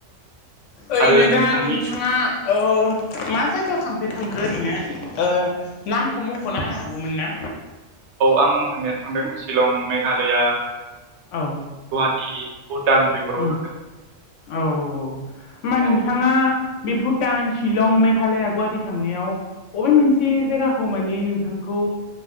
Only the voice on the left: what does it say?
ओरैनो
दा नोंथाङा ओ मा जायगायाव थांफेरखांखो ओरैनो ओ नामखौ मख'ना होनो हागौमोन ना?
औ
ओम
औ-औ होनबा
नोंथाङा बे भुटान शिलं मेघालया गुवाहाटि थांनायाव बबे मोनसे जायगाखौ माने नोंथांखौ